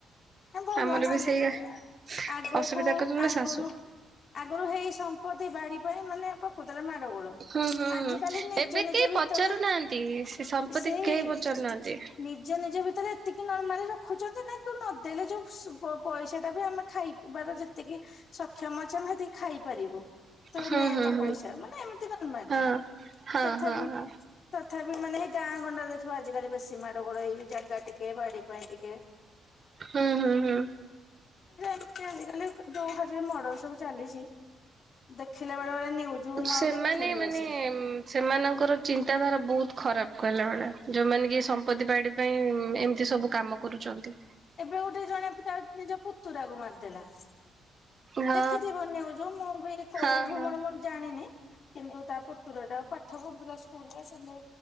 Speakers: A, on the left; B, on the right.
A: ତାଙ୍କ
B: ଆମର
A: ନନା
B: ବି
A: ଦେଖ
B: ସେଇଆ
A: ଆଗକୁ
B: ଅସୁବିଧା କରୁଛନ୍ତି
A: ଆଗରୁ
B: ଶାଶୁ।
A: ଆଗରୁ ହେଇ ସମ୍ପତ୍ତି ବାଡି ପାଇଁ ମାନେ ଏବେ ପ୍ରକୃତରେ ମାଡ ଗୋଳ।
B: ହୁଁ ହୁଁ
A: ଆଜିକାଲି ନିଜ
B: ଏବେ
A: ନିଜ
B: କେହି
A: ଭିତରେ
B: ପଚାରୁନାହାନ୍ତି ସେ ସମ୍ପତ୍ତିକି
A: ସେଇ
B: କେହି ପଚାରୁନାହାନ୍ତି?
A: ନିଜ ନିଜ ଭିତରେ ଏତିକି ନର୍ମାଲ ରଖୁଛନ୍ତି ନାଇଁ ତୁ ନଦେଲେ ଯୋଉ ସୁଧ ପଇସାଟା ବି ଆମେ ଖାଇବାର ଯେତିକି ସକ୍ଷମ ଅଛି ଆମେ ହେତିକି ଖାଇପାରିବୁ। ତୁ
B: ହୁଁ
A: ନେ
B: ହୁଁ
A: ତୋ
B: ହୁଁ
A: ପଇସା ମାନେ ଏମିତି ନର୍ମାଲି
B: ହଁ। ହଁ
A: ତଥାପି
B: ହଁ ହଁ
A: ତଥାପି ମାନେ ଗାଁ ଗଣ୍ଡାରେ ଦେଖିବ ଆଜିକାଲି ବେଶୀ ମାଡ ଗୋଳ ଏଇ ଜାଗା ଟିକେ ବାଡି ପାଇଁ ଟିକେ।
B: ହୁଁ ହୁଁ ହୁଁ।
A: ଏଇଟା ଏମିତି ଆଜିିକାଲି ଯୋଉ ଭାବରେ ମର୍ଡର ସବୁ ଚାଲିଛି ଦେଖିଲେ ବେଳେ ବେ ନ୍ୟୁଜ ମୁଁ
B: ସେମାନେ
A: ଆଉ ଦେଖୁନି
B: ମାନେ
A: ବେଶୀ।
B: ସେମାନଙ୍କର ଚିନ୍ତାଧାରା ବହୁତ ଖରାପ କହିଲା ଭଳିଆ ଯୋଉମାନେ କି ସମ୍ପତ୍ତି ବାଡି ପାଇଁ ଏମିତି ସବୁ କାମ କରୁଛନ୍ତି।
A: ଏବେ ଗୋଟେ ଜଣେ ତା ନିଜ ପୁତୁରାକୁ ମାରିଦେଲା।
B: ହଁ
A: ଦେଖିଥିବ ନିଉଜ ମୁଁ ବି କୋଉଠୁ
B: ହଁ ହଁ
A: ମୋର ଜାଣିନି। କିନ୍ତୁ ତା ପୁତୁରଟା ପାଠ ପଢୁଥିଲା ସ୍କୁଲରେ କିନ୍ତୁ